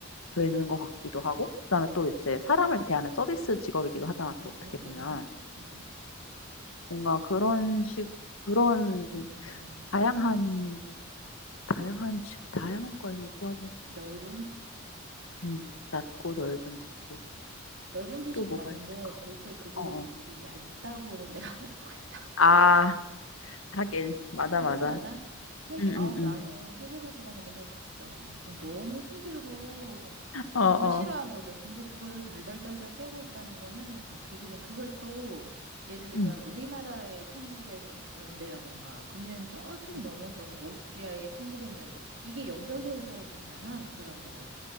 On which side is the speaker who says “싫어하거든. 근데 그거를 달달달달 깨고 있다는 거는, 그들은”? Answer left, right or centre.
Right